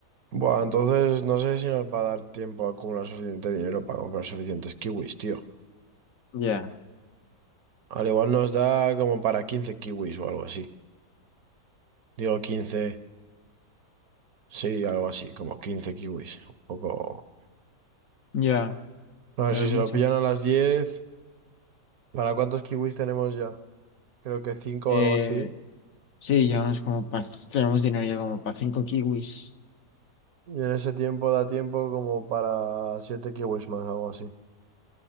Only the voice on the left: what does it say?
Ya,
ya.
ya
ves
mucho.
Eh,
sí, llevamos como pa- tenemos dinero ya como para cinco kiwis.